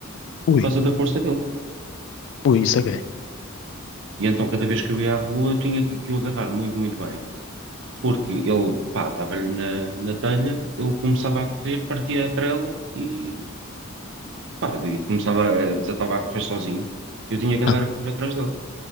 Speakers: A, on the left; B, on the right.
A: Ui,
B: por causa da força dele.
A: ui, isso é gay.
B: E então, cada vez que eu ia à rua, eu tinha que, que o agarrar muito, muito bem. Porque ele, pá, dava-lhe na, na telha, ele começava a correr, partia a trela e, pá, e começava, a- desatava a correr sozinho. Eu tinha que andar
A: Ah.
B: a correr atrás dele.